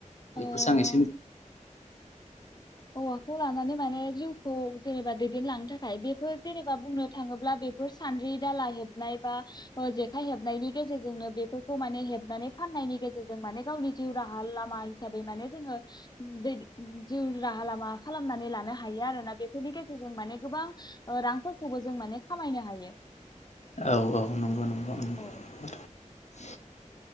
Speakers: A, on the left (about 30°); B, on the left (about 60°).
A: ओ
B: बेखौसो आं एसे मिथि
A: औवाखौ लानानै माने जिउ औे जेनेबा दैदेनलांनो थाखाय बेफोर जेनेबा बुंनो थाङोब्ला बेफोर सान्द्रि, दाला हेबनाय बा जेखाइ हेबनायनि गेजेरजोंनो बेफोरखौ माने हेबनानै फाननायनि गेजेरजों माने गावनि जिउ राहा लामा हिसाबै माने जोङो बे जिउ राहा लामा खालामनानै लानो हायो आरोना बेफोरनि गेजेरजों माने गोबां रांफोरखौबो जों माने खामायनो हायो।
B: औ औ नंगौ नंगौ। <unintelligible>
A: औ